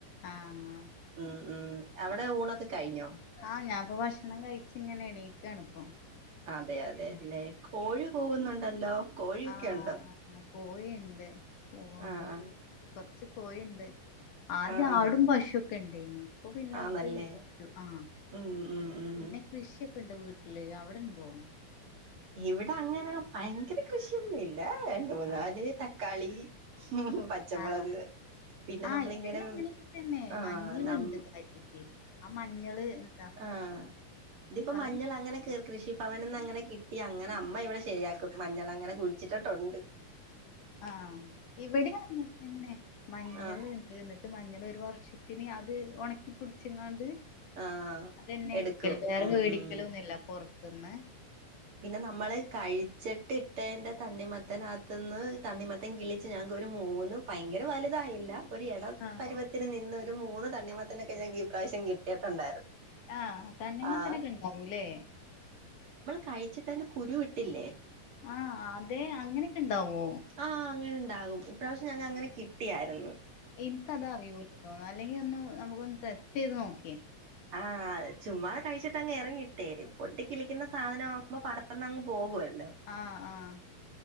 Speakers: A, on the left; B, on the right.
A: ആഹ് ആഹ്
B: ഉം ഉം അവിടെ ഊണൊക്കെ കഴിഞ്ഞോ
A: ആഹ് ഞാൻപ്പൊ ഭക്ഷണം കഴിച്ചിങ്ങനെ എണീക്കാണ് ഇപ്പൊ
B: അതെ അതെല്ലേ കോഴി കൂവുന്നുണ്ടല്ലോ കോഴിയൊക്കെ
A: ആ
B: ഉണ്ടോ
A: കോഴിയുണ്ട് പൂവാൻകോ
B: ആഹ് ആഹ്
A: കൊറച്ച് കോയിണ്ട് ആദ്യ
B: ആഹ് ആഹ്
A: ആടും പശും ഒക്കെ ഇണ്ട് ഇപ്പ പിന്നെ
B: ആന്നല്ലേ
A: ഒക്കെ വിറ്റു ആ
B: ഉം ഉം ഉം
A: പിന്നെ കൃഷിയൊക്കെ ഇണ്ട് വീട്ടി ഇല്ലെയ് അവടെ ഇണ്ടോ
B: ഇവടെ അങ്ങനെ ഭയങ്കര കൃഷിയൊന്നും ഇല്ല രണ്ട് മൂന്നാല്
A: ആ
B: തക്കാളി പച്ചമുളക്
A: ആ
B: പിന്നെ
A: ആ
B: നമ്മളിങ്ങനെ
A: ഇവിടിം അങ്ങനെയൊക്കെ തന്നെ
B: ആഹ്
A: മഞ്ഞൾ
B: നം
A: ഇണ്ട് കാര്യയിട്ട് ആ മഞ്ഞൾ എന്താ
B: ആ ഇതിപ്പോ
A: പറയ്
B: മഞ്ഞൾ അങ്ങനെ കേറി കൃഷിഭവന്ന്ന് അങ്ങനെ കിട്ട് കിട്ടി അങ്ങനെ അമ്മ ഇവടെ ശരിയാക്കും മഞ്ഞൾ അങ്ങനെ കുഴിച്ചിട്ടിട്ടൊണ്ട്
A: ആ ഇവിടെ അങ്ങൻ തന്നെ മഞ്ഞൾ
B: ആഹ്
A: ഇണ്ട് എന്നട്ട് മഞ്ഞൾ ഒര് വർഷ പിന്നെ അത് ഒണക്കിപ്പൊടിച്ച് ങ്ങാണ്ട്
B: ആഹ്
A: അതെന്നെ
B: എടുക്കും
A: എട്ക്കല് വേറെ
B: ഉം
A: മേടിക്കലൊന്നുല്ല
B: ഉം
A: പൊർത്ത്ന്ന്
B: പിന്നെ നമ്മള് കഴിച്ചിട്ട് ഇട്ടെയിന്റെ തണ്ണിമത്തൻ അകത്ത് ന്ന് തണ്ണിമത്തൻ കിളിച്ച് ഞങ്ങൾക്ക് ഒര് മൂന്ന് ഭയങ്കര വലുതായില്ല ഒരു എടം
A: ആ
B: പരുവത്തിൽ നിന്ന ഒരു മൂന്ന് തണ്ണിമത്തനൊക്കെ ഞങ്ങക്ക് ഇപ്രാവശ്യം കിട്ടിയിട്ടുണ്ടായിരുന്നു
A: ആ തണ്ണിമത്തനൊക്കെ
B: ആഹ്
A: ഇണ്ടാവൂലെ
B: കഴിച്ചിട്ടയിന്റെ കുരു വിട്ടില്ലേ
A: ആ അതെ അങ്ങനെയൊക്കെ ഇണ്ടാവോ
B: ആ അങ്ങനെ ഇണ്ടാകും ഇപ്രാവശ്യം ഞങ്ങ അങ്ങനെ കിട്ടിയായിരുന്നു
A: ഇൻക്ക് അത് അറിയൂലട്ടോ അല്ലെങ്കി ഒന്നു നമുക്ക് ഒന്ന് ടെസ്റ്റ് ചെയ്ത് നോക്ക
B: ആ ചുമ്മാതെ കഴിച്ചിട്ട് അങ്ങ് എറിഞ്ഞ് ഇട്ടേര് പൊട്ടി കിളിക്കുന്ന സാധനം ആവുമ്പോ പട ർന്ന് അങ്ങ് പോകുവെലോ
A: ആ ആ